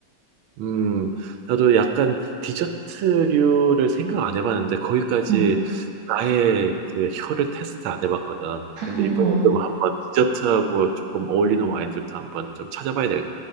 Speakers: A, on the right; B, on the right.
A: 음, 나도 약간 디저트류를 생각 안 해봤는데, 거기까지
B: 응,
A: 나의 그 혀를 테스트 안 해봤거든. 근데
B: 어,
A: 이번에
B: 어.
A: 좀 한번 디저트하고 조금 어울리는 와인들도 한번 좀 찾아봐야 될,